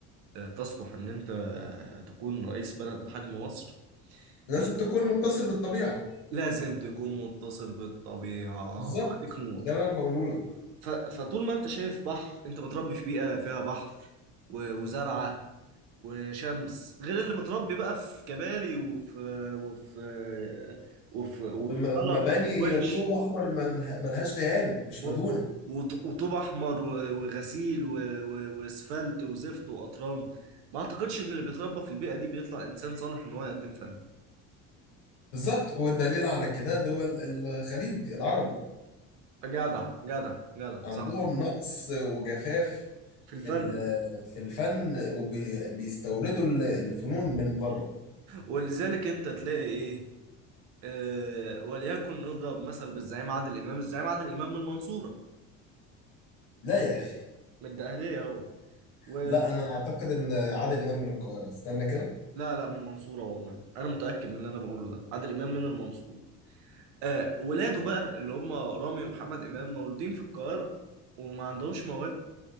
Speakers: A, on the right; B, on the left.
A: آه، تصلح ان انت تكون رئيس بلد بحجم مصر
B: لازم
A: فأنت
B: تكون متصل بالطبيعة
A: لازم تكون متصل بالطبيعة
B: بالظبط
A: عليك نور
B: ده اللي انا بقوله لك
A: ف... فطول ما انت شايف بحر انت متربي في بيئة فيها بحر و... وزرعة وشمس غير اللي متربي بقى في كباري وفي وفي وفي وفي
B: ومباني
A: سلط وفي ونش
B: طوب احمر ملها- ملهاش دهان مش
A: و-
B: مدهونه
A: وط- وطوب احمر و- وغسيل و- و- واسفلت وزفت وقطران ما اعتقدش ان اللي بيتربى في البيئه دي بيطلع انسان صالح ان هو يقدم فن
B: بالظبط والدليل على كده دول الخليج العربي
A: جدع جدع جدع
B: عندهم
A: صح
B: نقص وجفاف
A: في
B: في
A: الفن
B: ال- في الفن وبيستوردوا الفنون من بره
A: ولذلك انت تلاقي ايه آه وليكن نضرب مثل بالزعيم عادل امام الزعيم عادل امام من المنصوره
B: لا يا اخي
A: من الدقهليه هو و...
B: لا انا اعتقد ان عادل امام من القاهره استنى كده
A: لا لا من المنصورة والله أنا متأكد من اللي أنا بقوله ده عادل إمام من المنصورة آه ولاده بقى اللي هم رامي ومحمد إمام مولودين في القاهرة وما عندهمش موهبة